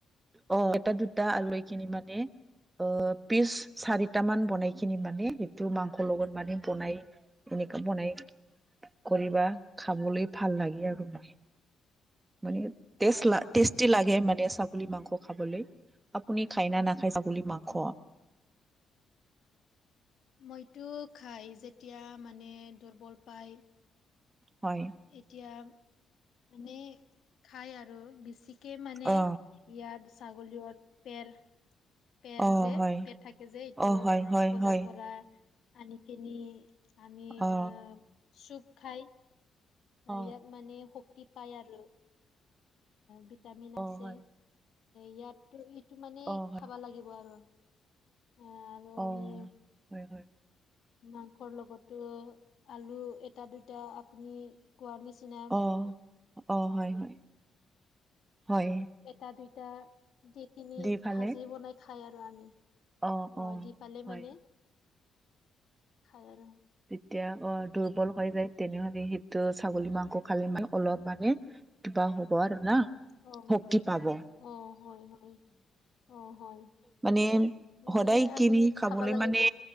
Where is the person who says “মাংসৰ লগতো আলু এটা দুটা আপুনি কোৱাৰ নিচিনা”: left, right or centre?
Left